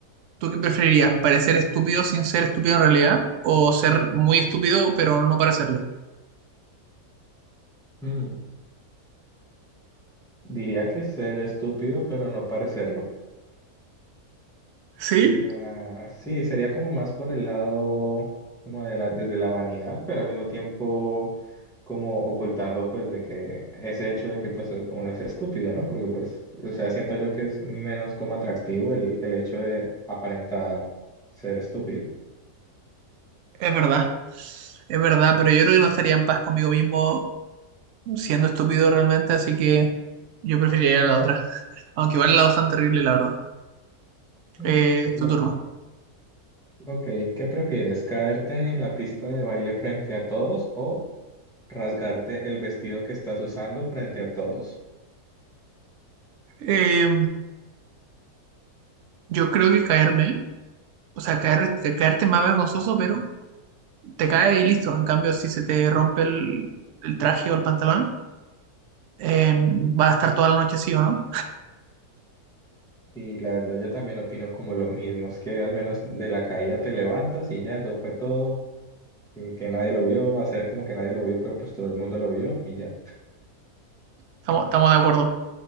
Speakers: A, on the right; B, in the centre.
A: ¿Tú qué preferirías? ¿Parecer estúpido sin ser estúpido en realidad? ¿O ser muy estúpido pero no parecerlo?
B: Mm, Diría que ser estúpido, pero no parecerlo.
A: Sí,
B: Ah, sí, sería como más por el lado, como de la, desde la vanidad, pero al mismo tiempo como ocultando pues de que ese hecho de que pues e, uno es estúpido, ¿no? Porque pues, o sea, siento yo que es menos como atractivo el, el hecho de aparentar ser estúpido.
A: es verdad. Es verdad, pero yo creo que no estaría en paz conmigo mismo siendo estúpido realmente, así que yo preferiría la otra. <laughs> Aunque igual la dos tan terrible, la verdad.
B: Mm,
A: Eh,
B: Bueno.
A: tu turno.
B: Ok, ¿qué prefieres? ¿Caerte en la pista de baile frente a todos o rasgarte el vestido que estás usando frente a todos?
A: Eh, yo creo que caerme, o sea, caer, caerte es más vergonzoso, pero te caes y listo. En cambio, si se te rompe el, el traje o el pantalón, eh, vas a estar toda la noche así, ¿o no?
B: Y la verdad yo también opino como lo mismo, es que al menos de la caída te levantas y ya, eso fue todo, y que nadie lo vio, hacer como que nadie lo vio, pero pues todo el mundo lo vio y ya.
A: Estamos, estamos de acuerdo.